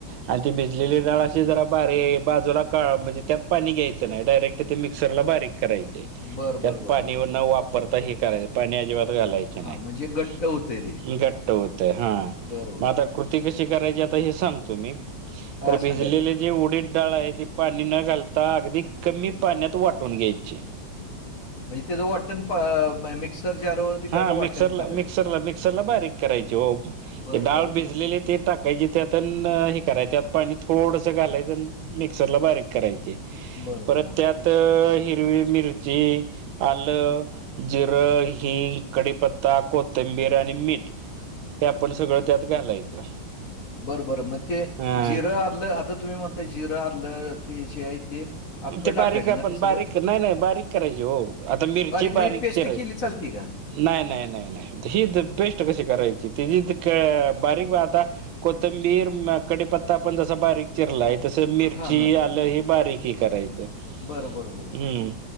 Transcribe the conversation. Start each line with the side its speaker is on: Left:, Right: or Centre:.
Right: आणि ती भिजलेली डाळ अशी जरा बारी बाजूला काडू म्हणजे त्यात पाणी घ्यायचं नाही डायरेक्ट तर ते मिक्सर ला बारीक करायचे
Left: बरं, बरं,
Right: त्यात
Left: बरं,
Right: पाणी
Left: बरं.
Right: न वापरता हे करायचे पाणी अजिबात घालायचे, नाही
Left: हां, म्हणजे घट्ट होतंय ते.
Right: घट्ट होते हा
Left: बरं,
Right: म
Left: बरं.
Right: आता- कृती कशी करायची आता हे सांगतो मी
Left: हां,
Right: तर भिजलेली
Left: सांगा की.
Right: जी उडीट डाळ आहे ती पाणी न घालता अगदी कमी पाण्यात वाटून घ्यायची. ची.
Left: म्हणजे ते ज वाटण मिक्सर जारवरती काय
Right: हा
Left: का
Right: मिक्सरला
Left: वाटण करायचं?
Right: मिक्सरला मिक्सरला बारीक करायची ओ ते
Left: बरं,
Right: डाळ
Left: बरं, बरं.
Right: भिजलेली ते, टाकायची त्यात अन्ं हे करायचं पाणी थोडसं घालायचं मिक्सर ला बारीक करायची,
Left: बरं,
Right: परत
Left: बरं, बरं.
Right: त्यात त हिरवी मिरची आलं जिरं, की कडीपत्ता कोथंबीर आणि मीठ हे आपण सगळं त्यात घालायचं.
Left: बरं बरं मग ते
Right: ह
Left: जिरं आलं आता तुम्ही म्हणताय जिरं आलं ते जे आहे ते अख्खं
Right: ते
Left: टाकायचं
Right: बारीक आपण
Left: ना ते सगळं?
Right: बारीक नाही नाही बारीक करायची हो आता मिरची
Left: म्हणजे
Right: बारीक
Left: पेस्ट
Right: चीर
Left: केली चालते का?
Right: नाही नाही नाही नाही ही बेस्ट कशी करायची तची बारीक आता कोतंबीर म कडीपता पण झसा बारिक चिरलाय तसं मिरची
Left: हां, हां.
Right: आलं हे बारीक हे करायचं हम्म
Left: बरं, बरं, बरोबर.